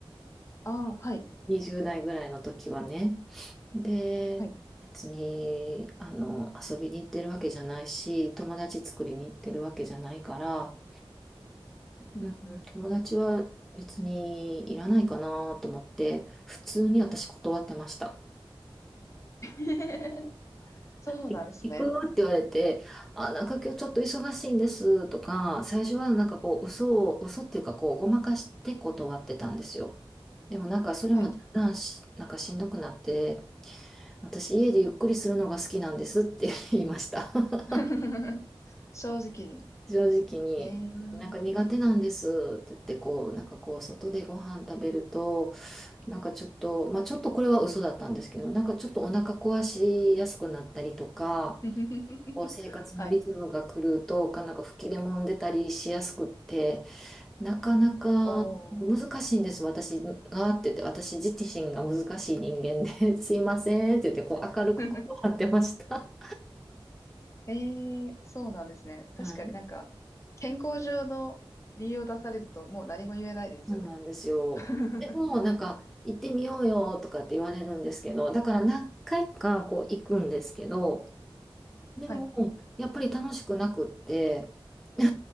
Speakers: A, on the left; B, in the centre.
A: ああ、はい。
B: 20代ぐらいの時はね。で、
A: はい。
B: 別に、あの、遊びに行ってるわけじゃないし、友達作りに行ってるわけじゃないから、
A: うんうん
B: うん、友達は別にいらないかなと思って、普通に私断ってました。
A: <laughs> そうなんですね。
B: 行くって言われて、あ、なんか今日ちょっと忙しいんですとか、最初はなんかこう、嘘を、嘘っていうかこう、ごまかして断ってたんですよ。でもなんかそれもだんだんし、
A: はい。
B: なんかしんどくなって、私家でゆっくりするのが好きなんですって言いました。<laughs>
A: <laughs> 正直に。
B: 正直に。
A: ええー
B: なんか苦手なんですって言ってこう、なんかこう外でご飯食べると、なんかちょっと、まあちょっとこれは嘘だったんですけど、なんかちょっとお腹壊しやすくなったりとか、
A: <laughs>
B: こう生活のリズムが狂うと、
A: はい。
B: なんか吹き出もんでたりしやすくって、なかなか難しいんです、
A: おー。
B: 私がって言って、私自身が難しい人間で、<laughs> すいませんって言ってこう明るくこう張ってました。
A: <laughs> ええそうなんですね。確かになんか、
B: <laughs> はい
A: 健康上の理由を出されるともう何も言えないですよね。
B: そうなんですよ。
A: <laughs>
B: でも、なんか、行ってみようよとかって言われるんですけど、だから何回かこう行くんですけど、でも、
A: はい。
B: やっぱり楽しくなくって、<laughs> や